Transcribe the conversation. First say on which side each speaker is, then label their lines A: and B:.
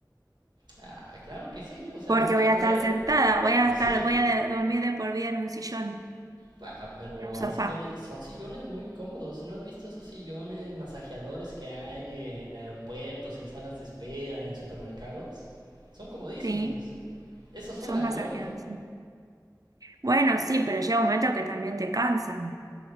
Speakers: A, on the right; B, on the right.
A: Ah, claro que sí, o sea,
B: porque
A: vas
B: voy
A: a
B: a
A: poder...
B: estar sentada, voy a
A: Pues
B: estar,
A: sí,
B: voy a de- dormir de por vida en un sillón,
A: Pa, pero
B: en un
A: hay
B: sofá,
A: sillones, son sillones muy cómodos. ¿No has visto esos sillones masajeadores que hay en aeropuertos, en salas de espera, en supermercados? Son comodísimos.
B: ¿sí?
A: Esos son
B: Son
A: la
B: masajeadas.
A: gloria.
B: Bueno, sí, pero llega un momento que también te cansan.